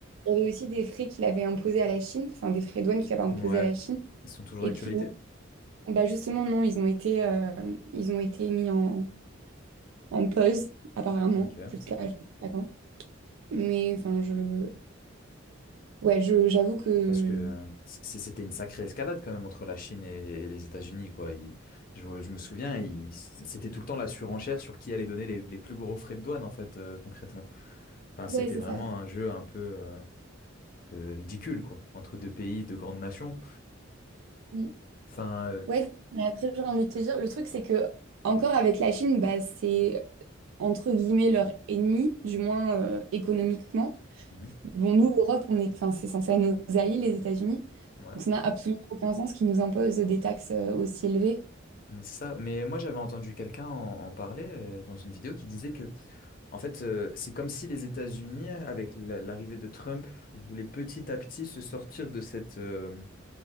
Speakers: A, on the right; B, on the left.
A: il y avait aussi des frais qu'il avait imposés à la Chine, enfin des frais de douane qu'il avait imposés
B: Ouais,
A: à la Chine.
B: ils sont toujours
A: et
B: d'actualité?
A: qui, bah justement, non, ils ont été, euh, ils ont été mis en, en pause, apparemment,
B: Ok.
A: jusqu'à je sais pas quand. Mais enfin, je, ouais, je, j'avoue que,
B: Parce que euh, c- c'était une sacrée escalade quand même entre la Chine et, et les États-Unis, quoi. Il- je, je me souviens, il- c'était tout le temps la surenchère sur qui allait donner les, les plus gros frais de douane, en fait, euh, concrètement. Enfin, c'était
A: ouais, c'est
B: vraiment
A: ça.
B: un jeu un peu, euh, un peu ridicule, quoi, entre deux pays, deux grandes nations.
A: Mm.
B: Enfin, euh,
A: Ouais, c'est- mais après, j'ai envie de te dire, le truc, c'est que, encore avec la Chine, bah, c'est entre guillemets leur ennemi, du moins euh, économiquement.
B: mhm,
A: Bon, nous, l'Europe, on est, enfin, c'est censé être nos alliés, les États-Unis.
B: ouais,
A: Donc, ça n'a absolument aucun sens qu'ils nous imposent des taxes euh, aussi élevées.
B: mais c'est ça. Mais moi, j'avais entendu quelqu'un en, en parler euh, dans une vidéo qui disait que, en fait, euh, c'est comme si les États-Unis, avec la- l'arrivée de Trump, voulaient petit à petit se sortir de cette euh,